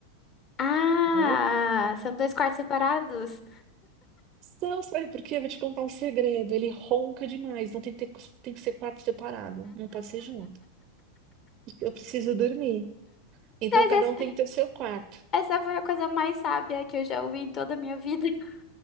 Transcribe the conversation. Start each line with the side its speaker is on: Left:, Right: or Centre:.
Left: Ah,
Right: Entendeu?
Left: são dois quartos separados.
Right: Não, sabe por quê? Eu Vou te contar um segredo. Ele ronca demais, então tem que ter, tem que ser quarto separado, não pode ser junto. Eu preciso dormir. Então
Left: Mas
Right: cada
Left: essa,
Right: um tem que ter o seu quarto.
Left: essa foi a coisa mais sábia que eu já ouvi em toda a minha vida. <laughs>